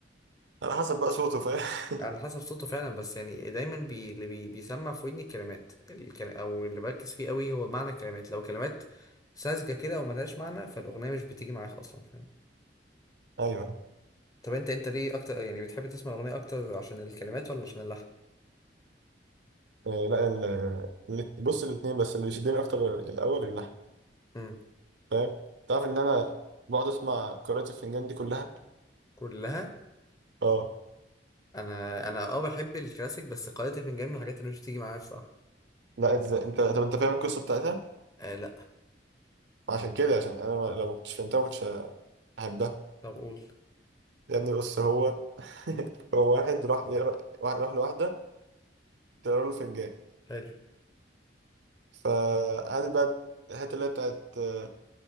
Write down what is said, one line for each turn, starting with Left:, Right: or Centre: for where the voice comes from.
Right: على حسب بقى صوته فاهم
Left: على
Right: <laughs>
Left: حسب صوته فعلا بس يعني دايما بي... اللي بي... بيسمع في ودني الكلمات الكل... او اللي بركز فيه قوي هو معنى الكلمات لو كلمات ساذجه كده او ملهاش معنى فالاغنيه مش بتيجي معاك اصلا فاهم
Right: أيوه
Left: طب انت انت ليه اكتر يعني بتحب تسمع الاغنيه اكتر عشان الكلمات ولا عشان اللحن
Right: آه، لا ال... ال- بص الاتنين بس اللي بيشدني أكتر الأول اللحن
Left: امم
Right: فاهم تعرف إن أنا بقعد أسمع قراءة الفنجان دي كلها
Left: كلها
Right: اه
Left: انا انا اه بحب الكلاسيك بس قارئة الفنجان من الحاجات اللي مش بتيجي معايا بصراحه
Right: لا إز- انت طب انت فاهم القصة بتاعتها
Left: آه لا
Right: عشان كده عشان انا ما- لو ما كنتش فهمتها ما كنتش هحبها
Left: طب قول
Right: يا ابني بص هو <laughs> هو واحد راح يقرا واحد راح لواحدة تقرا له فنجان
Left: حلو
Right: فقعدت بقى الحتة اللي هي بتاعت آه،